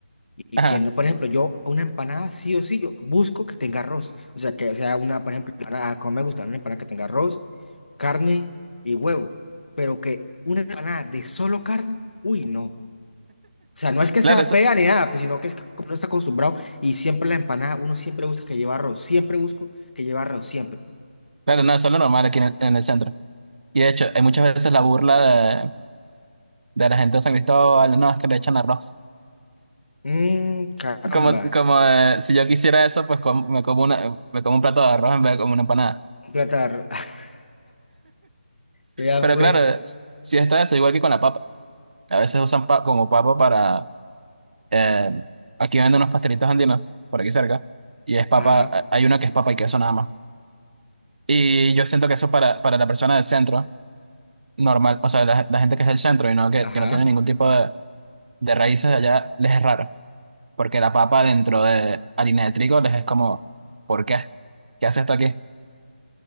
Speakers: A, on the left (about 75°); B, on the right (about 60°).
A: Y
B: ajá,
A: que no, por ejemplo, yo una empanada sí o sí, yo busco que tenga arroz. O sea, que sea una, por ejemplo, empanada, como me gusta, una empanada que tenga arroz, carne y huevo. Pero que una empanada de solo carne, uy, no. O sea, no es que
B: claro,
A: sea
B: eso-
A: fea ni nada, pues, sino que es que como uno está acostumbrado y siempre la empanada, uno siempre busca que lleva arroz, siempre busco que lleva arroz, siempre.
B: claro, no, eso es lo normal aquí en el en el centro. Y de hecho, hay muchas veces la burla de, de la gente de San Cristóbal, no, es que le echan arroz.
A: Mmm, caramba.
B: Como, como eh, si yo quisiera eso, pues com- me como una, me como un plato de arroz en vez de como una empanada.
A: Platar, <laughs> vea
B: Pero
A: pues,
B: claro, s- si está eso, igual que con la papa. A veces usan pa- como papa para... eh, aquí venden unos pastelitos andinos, por aquí cerca, y es papa,
A: ajá,
B: eh, hay uno que es papa y queso nada más. Y yo siento que eso para, para la persona del centro, normal, o sea, la, la gente que es del centro y no, que,
A: ajá.
B: que no tiene ningún tipo de, de raíces allá, les es raro. Porque la papa dentro de harina de trigo les es como, ¿por qué? ¿Qué hace esto aquí?